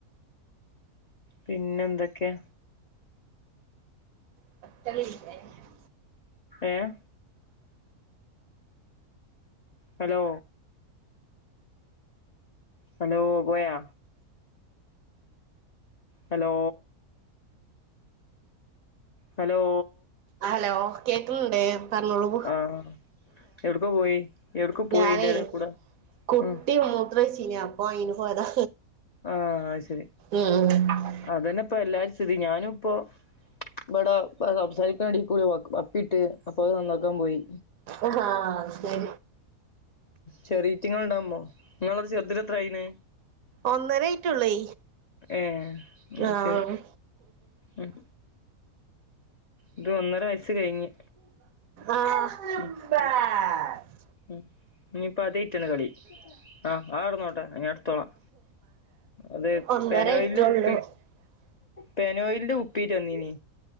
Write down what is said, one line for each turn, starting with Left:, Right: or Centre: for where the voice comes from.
Left: പിന്നെ എന്തൊക്കെയാ
Right: <unintelligible>
Left: ഏഹ് ഹലോ ഹലോ പോയാ ഹലോ ഹലോ
Right: ഹലോ കേക്കുന്നുണ്ട് പറഞ്ഞോളു
Left: ആഹ് എവിടക്കോ പോയി എവിടക്കോ പോയി
Right: ഞാനേ
Left: അയിന്റെ എടെ കൂടെ
Right: കുട്ടി
Left: ഉം
Right: മൂത്രോഴിച്ചീന് അപ്പൊ അയിന് പോയതാ
Left: ആഹ് അത് ശരി
Right: ഉം ആഹ്
Left: അത് തന്നെ ഇപ്പ എല്ലാരേം സ്ഥിതി ഞാനും ഇപ്പോ ഇവിടെ സംസാരിക്കണ എടീക്കുടെ അപ്പിട്ട് അപ്പൊ അത് നന്നാക്കാൻ പോയി.
Right: ആഹ് ശരി
Left: ചെറിയീറ്റങ്ങ ഉണ്ടാവുമ്പോ നിങ്ങളടെ ചെർതിന് എത്രായിണ്?
Right: ഒന്നരായിട്ടുളേ
Left: ഏഹ് അത്
Right: ആഹ്
Left: ശരി ഉം ഇത് ഒന്നര വയസ്സ് കഴിഞ്ഞ്
Right: ആഹ്
Left: ഉം
Right: ആ <unintelligible>
Left: ഉം ഇഞ്ഞിപ്പം അതെറ്റ്ള്ള കളി. ആഹ് അടെന്നോട്ടെ അത് ഞാൻ എടുത്തോളാം അത്
Right: ഒന്നരായിട്ടുള്ളൂ
Left: പെനോയിലിന്റെ കുപ്പി
Right: <unintelligible>
Left: പെനോയിലിന്റെ കു കുപ്പിയേറ്റ് വന്നിനി